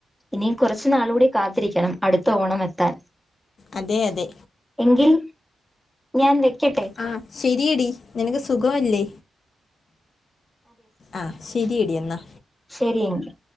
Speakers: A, in the centre; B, on the left (about 40°).
A: ഇനിയും കുറച്ചു നാള് കൂടി കാത്തിരിക്കണം അടുത്ത ഓണം എത്താൻ.
B: അതെ അതെ
A: എങ്കിൽ ഞാൻ വെക്കട്ടെ
B: ആഹ് ശെരിയടി നിനക്ക് സുഖവല്ലേ? അഹ് ശരീടി എന്നാ.
A: ശരിയെങ്കി